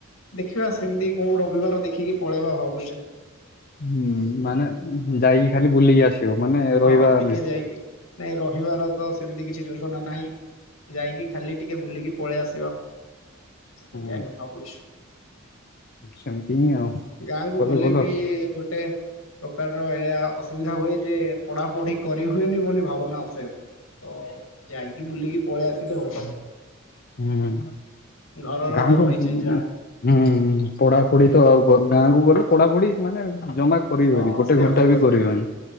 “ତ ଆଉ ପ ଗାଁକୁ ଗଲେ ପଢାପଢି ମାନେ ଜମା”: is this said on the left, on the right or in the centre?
Left